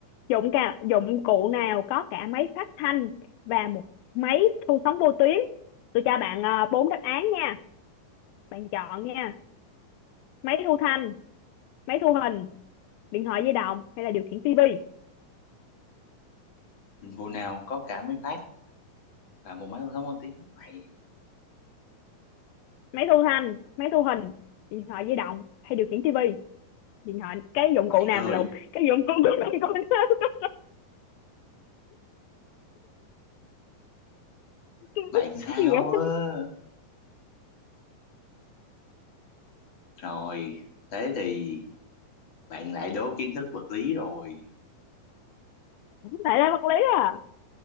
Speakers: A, on the left; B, on the left.
A: dụng cả dụng cụ nào có cả máy phát thanh và một máy thu sóng vô tuyến tôi cho bạn à, bốn đáp án nha bạn chọn nha máy thu thanh máy thu hình điện thoại di động hay là điều khiển tivi
B: dùng cô nào có cả mấy phát và một máy thông tin mày
A: máy thu thanh máy thu hình điện thoại di động hay điều khiển tivi điện thoại cái dụng
B: mày
A: cụ nào
B: người
A: mà lộn cái dụng cụ nào <laughs> mà con cái dụng cụ nào
B: bạn
A: mà lộn,
B: sao
A: cái gì vậy
B: á rồi thế thì bạn lại đố kiến thức vật lý rồi
A: tại là vật lý à